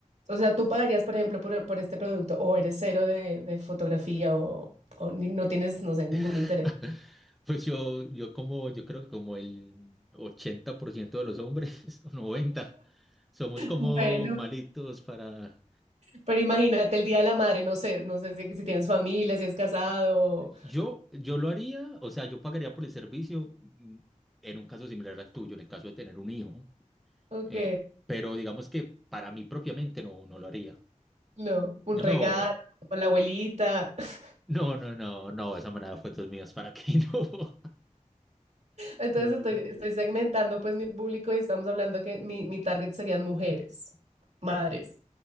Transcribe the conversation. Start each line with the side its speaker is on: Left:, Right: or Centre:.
Right: O sea, tú pagarías, por ejemplo, por, por este producto o eres cero de, de fotografía o, o ni- no tienes, no sé, ningún
Centre: <laughs>
Right: interés.
Centre: Pues yo, yo como, yo creo que como el 80% de los hombres, <laughs> o 90 somos como
Right: Bueno,
Centre: malitos para,
Right: pero imagínate el Día de la Madre, no sé, no sé si, si tienes familia, si es casado.
Centre: Yo, yo lo haría, o sea, yo pagaría por el servicio mm, en un caso similar al tuyo, en el caso de tener un hijo,
Right: Ok,
Centre: eh, pero digamos que para mí propiamente no, no lo haría.
Right: no, un
Centre: No,
Right: regalo <laughs> para la abuelita. <laughs>
Centre: no, no, no, no, esa manada de fotos mías, ¿para qué <laughs> no?
Right: Entonces
Centre: No, no.
Right: estoy, estoy segmentando pues mi público y estamos hablando que mi, mi target serían mujeres, madres.